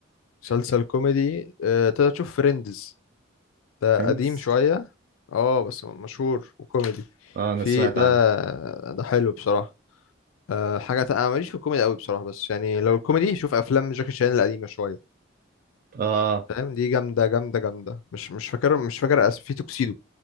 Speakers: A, on the left (about 80°); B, on the right (about 45°).
A: مسلسل كوميدي آه، تقدر تشوف فريندز ده
B: فريندز
A: قديم شوية اه بس مشهور وكوميدي
B: اه انا
A: في
B: سمعت
A: ده
B: عنه
A: ده حلو بصراحة أه حاجة تق- انا ماليش في الكوميدي قوي بصراحة بس يعني لو الكوميدي شوف افلام جاكي شان القديمة شوية
B: اه
A: فاهم دي جامدة جامدة جامدة مش مش فاكر مش فاكر أس- في توكسيدو